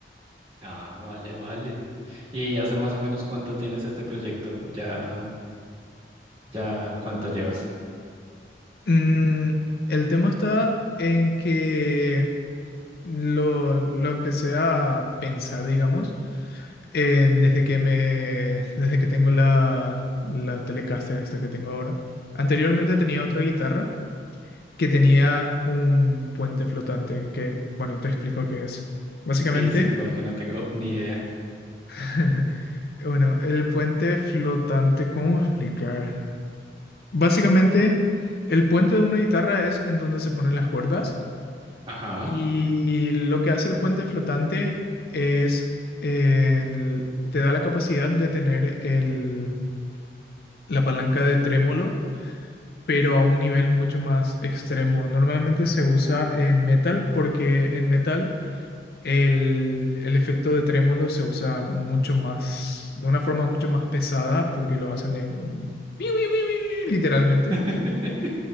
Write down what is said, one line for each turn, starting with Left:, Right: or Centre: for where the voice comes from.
Right: Ah, vale, vale. ¿Y hace más o menos cuánto tienes este proyecto? Ya, ya, ¿cuánto llevas? <laughs>
Left: Mm, el tema está en que lo, lo empecé a pensar, digamos, en- desde que me, desde que tengo la, la Telecaster esta que tengo ahora. Anteriormente tenía otra guitarra que tenía un puente flotante, que, bueno, te explico qué es. Básicamente,
Right: Sí, sí, porque no tengo ni idea.
Left: <laughs> bueno, el puente flotante, ¿cómo explicar? Básicamente, el puente de una guitarra es en donde se ponen las cuerdas.
Right: Ajá.
Left: Y lo que hace el puente flotante es, el- te da la capacidad de tener el- la palanca de trémolo, pero a un nivel mucho más extremo. Normalmente se usa en metal porque en metal el, el efecto de trémolo se usa mucho más, de una forma mucho más pesada porque lo hacen de un- literalmente.
Right: <laughs>